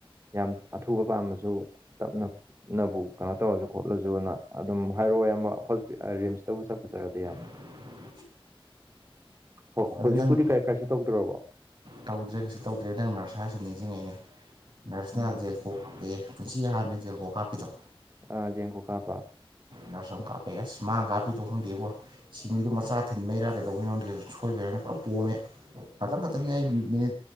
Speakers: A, on the right; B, on the right.
A: ꯌꯥꯝ ꯑꯊꯨꯕ ꯄꯥꯝꯃꯁꯨ ꯇꯞꯅ ꯅꯕꯨ ꯀꯩꯅꯣ ꯇꯧꯔꯁꯨ ꯈꯣꯠꯂꯁꯨꯅ ꯑꯗꯨꯝ ꯍꯥꯏꯔꯛꯑꯣ ꯌꯥꯝ ꯑꯃ ꯍꯣꯁ ꯔꯤꯝꯁꯇꯕꯨ ꯆꯠꯄ ꯆꯠꯂꯗꯤ ꯌꯥꯝ
B: <inaudible>
A: ꯑꯣ
B: ꯑꯗꯨ
A: ꯍꯧꯖꯤꯛꯄꯨꯗꯤ
B: ꯅꯪ
A: ꯀꯥꯏ ꯀꯥꯏꯁꯨ ꯇꯧꯗ꯭ꯔꯕꯣ
B: ꯇꯧꯗ꯭ꯔꯦ ꯀꯩꯁꯨ ꯇꯧꯗ꯭ꯔꯦ ꯅꯪ ꯅꯔꯁ ꯍꯥꯏꯔꯁꯨ ꯅꯤꯡꯁꯤꯡꯉꯏꯅꯦ ꯅꯔꯁꯅ
A: ꯎꯝ
B: ꯀꯣꯛ ꯀꯞꯄꯦ ꯄꯨꯟꯁꯤꯒꯤ ꯍꯍꯥꯟꯕꯖꯦꯜ ꯀꯣꯛ ꯀꯥꯞꯄꯤꯗꯣ
A: ꯑ ꯌꯦꯡ ꯀꯣ ꯀꯥꯄꯥ
B: ꯅꯁ ꯑꯃꯝ ꯀꯥꯞꯄꯦ ꯑꯁ ꯃꯥꯥꯡ ꯀꯥꯄꯤꯗꯣ ꯈꯪꯗꯦꯕꯣ ꯁꯤꯅꯤꯗꯣ ꯃꯆꯥ ꯊꯤꯟꯕꯩꯔꯥ ꯀꯩꯗꯧꯕꯒꯤꯉꯗ ꯀꯩꯁꯨꯣꯏꯕ ꯌꯥꯔꯅꯤꯅ ꯄꯨꯔꯥ ꯄꯣꯝꯃꯦ ꯈꯇꯪ ꯈꯇꯪꯅꯤ ꯃꯤꯅꯤ